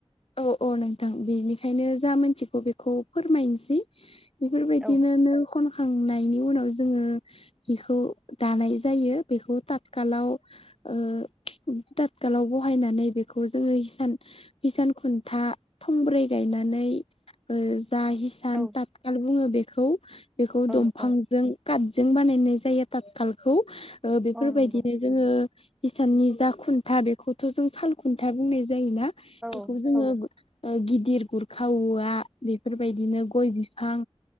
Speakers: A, on the left (about 65°); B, in the centre.
A: औ औ नोंथां बेनिखायनो जा मोनथिगौ बेखौ फोरमायसै। बेफोरबायदिनो
B: औ
A: नो खनखांनायनि उनाव जोङो हिखौ दानाय जायो बेखौ थातखालाव ओ तातखालाव बहायनानै बेखौ जोङो हिसान हिसान खुन्था थंब्रै गायनानै ओ जा हिसान
B: औ
A: था <unintelligible> बुङो बेखौ बेखौ
B: औ
A: दंफांजों
B: औ
A: काटजों बानायनाय जायो ताथखालखौ ओ बेफोरबायदिनो
B: औ नंगौ
A: जोङो हिसाननि जा खुन्था बेखौथ' जों साल खुन्था बुंनाय जायोना।
B: औ
A: बेखौ जोङो
B: औ
A: ओ गिदिर गुरखा <unintelligible> बेफोरबायदिनो गय बिफां।